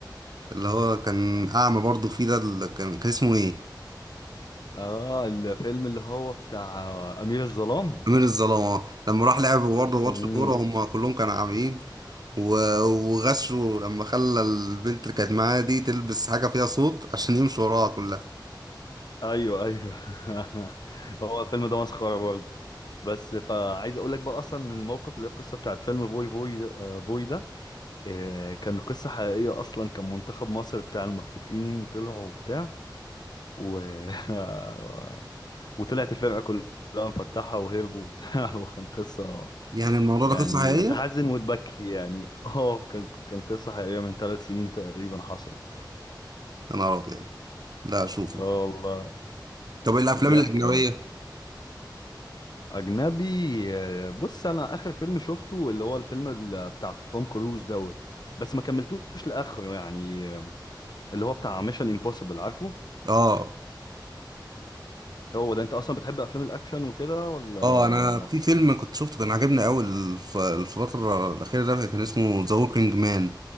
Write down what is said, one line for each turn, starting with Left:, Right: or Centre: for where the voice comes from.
Right: اللي هو كان اعمى برضه فيه ده اللي كان كان اسمه ايه
Left: اه الفيلم اللي هو بتاع امير الظلام
Right: امير الظلام آه. لما راح لعب برضه
Left: ال-
Right: ماتش كوره هم كلهم كانوا عاميين و- وغشوا لما خلى البنت اللي كانت معاه دي تلبس حاجه فيها صوت عشان يمشوا وراها كلها
Left: ايوه ايوه <laughs> هو الفيلم ده مسخره برضه بس فعايز اقول لك بقى اصلا إن الموقف اللي هي القصه بتاعت فيلم فوي فوي ده- آه، فوي ده آه، كان قصه حقيقيه اصلا كان منتخب مصر بتاع المكفوفين طلعوا وبتاع و... <laughs> وطلعت الفرقه كلها مفتحه وهربوا وبتاع <laughs> وكان قصه
Right: يعني الموضوع
Left: يعني
Right: ده قصه حقيقيه
Left: تحزن وتبكي يعني اه كان كان قصة حقيقية من ثلاث سنين تقريبا حصلت
Right: يا نهار ابيض لا اشوفه
Left: اه والله
Right: طب الافلام
Left: ضحك
Right: الاجنبيه
Left: أوي أجنبي آه، بص أنا آخر فيلم شفته اللي هو الفيلم ال- بتاع توم كروز دوت بس ما كملتوش لآخره يعني آه، اللي هو بتاع ميشن امبوسيبل عارفه
Right: اه
Left: هو ده أنت أصلا بتحب أفلام الأكشن وكده ولا اه
Right: اه انا في فيلم كنت شفته كان عجبني قوي الف- الفتره الاخيره ده كان اسمه ذا وركينج مان